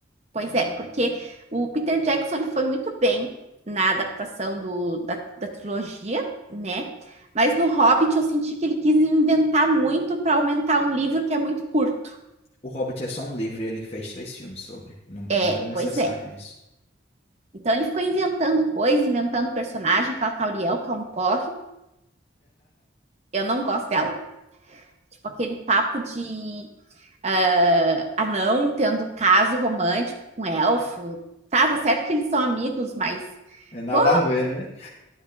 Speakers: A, on the right; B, on the left.
A: Pois é, porque o Peter Jackson ele foi muito bem na adaptação do, da, da trilogia, né? Mas no Hobbit eu senti que ele quis inventar muito para aumentar um livro que é muito curto.
B: O Hobbit é só um livro e ele fez três filmes sobre. Não,
A: É,
B: não era necessário
A: pois é.
B: isso.
A: Então ele ficou inventando coisas inventando personagem, aquela Tauriel, que é um porre. Eu não gosto dela. Tipo, aquele papo de ah, anão tendo caso romântico com elfo. Tá, tá certo que eles são amigos, mas,
B: É nada
A: pô,
B: a ver, né?